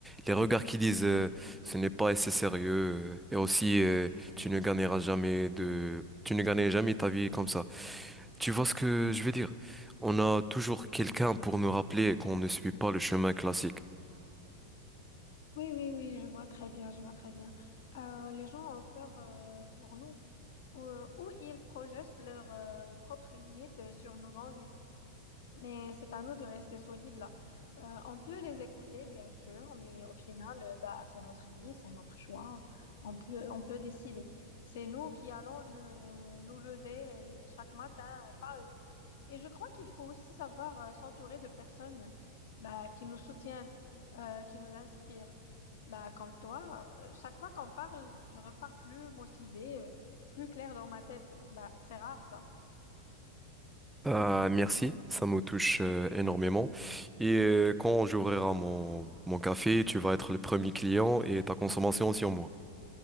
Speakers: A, in the centre; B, on the left (about 55°).
A: les regards qui disent euh, ce n'est pas assez sérieux euh, et aussi euh, tu ne gagneras jamais de, tu ne gagneras jamais ta vie comme ça. Tu vois ce que je veux dire? On a toujours quelqu'un pour nous rappeler qu'on ne suit pas le chemin classique.
B: Oui, oui, oui, je vois très bien, je vois très bien. Euh, les gens ont peur euh, pour nous, ou, ou ils projettent leurs euh, propres limites euh, sur nos envies. Mais c'est à nous de rester solides là. Euh, on peut les écouter, bien sûr, mais au final, euh, bah, c'est notre vie, c'est notre choix. On peut, on peut décider. C'est nous qui allons euh, nous lever euh, chaque matin, pas eux. Et je crois qu'il faut aussi savoir euh, s'entourer de personnes euh, bah, qui nous soutiennent, euh, qui nous inspirent. Bah, comme toi, euh, chaque fois qu'on parle, je repars plus motivée, euh, plus claire dans ma tête. Bah, c'est rare ça.
A: Euh, merci, ça me touche euh, énormément. Et euh, quand j'ouvrirai mon, mon café, tu vas être le premier client et ta consommation sur moi.